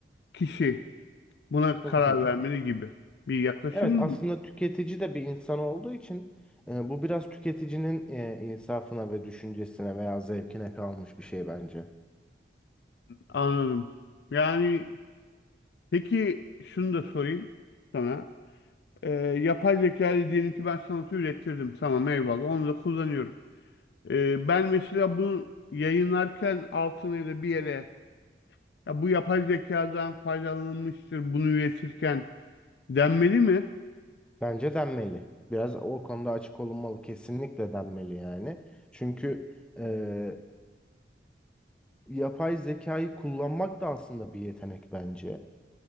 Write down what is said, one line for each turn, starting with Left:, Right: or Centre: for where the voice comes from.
Left: kişi buna karar
Centre: Hı hı.
Left: vermeli gibi bir yaklaşım
Centre: Evet, aslında tüketici de bir insan olduğu için e, bu biraz tüketicinin e, insafına ve düşüncesine veya zevkine kalmış bir şey bence.
Left: anladım. Yani peki şunu da sorayım sana. Ee, yapay zeka ile diyelim ki ben sanatı ürettirdim. Tamam eyvallah onu da kullanıyorum. Ee, ben mesela bunu yayınlarken altına ya da bir yere ya bu yapay zekadan faydalanılmıştır bunu üretirken denmeli mi?
Centre: Bence denmeli. Biraz o konuda açık olunmalı. Kesinlikle denmeli yani. Çünkü e, yapay zekayı kullanmak da aslında bir yetenek bence.